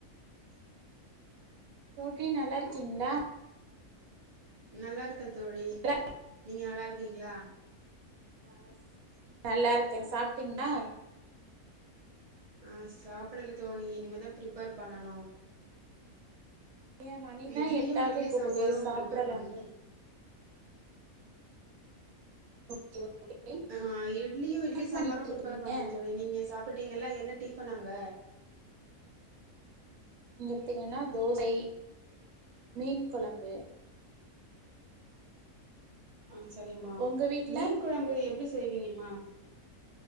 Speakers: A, on the right (about 75°); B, on the right (about 50°).
A: <inaudible> தோற்றி நல்லா இருச்கீங்களா
B: நல்லாருக்கேன் தோழி
A: நல்லா
B: நீங்க நல்லாருக்கீங்களா
A: அ நல்லா இருக்கே சாப்ட்டீங்ளா
B: அ சாப்படல தோனி இனிமதா ப்ரிப்பர் பண்ணனு
A: ஏன் மணிதா
B: இட்லியு
A: எட்டாக
B: இட்லி
A: போகுதே
B: சாம்பாரு
A: சாப்பிடலாம்ல
B: பிப்பேர் பண்ணனு தோழி
A: ஓகே ஓகே
B: அ இட்லியும் இட்லி
A: என்ன
B: சாம்பாரும்
A: பண்ணிட்டு இருக்கீங்க
B: பிரிப்பர் பண்ணு தோழி நீங்க சாப் சாப்டிங்களா என்ன டிஃபன் அங்க
A: இங்க பத்திங்கன்னா தோசை மீன் கொழம்பு
B: ஆ சரிமா
A: உங்க வீட்ல
B: மீன் கொழம்பு எப்டி செய்விங்கம்மா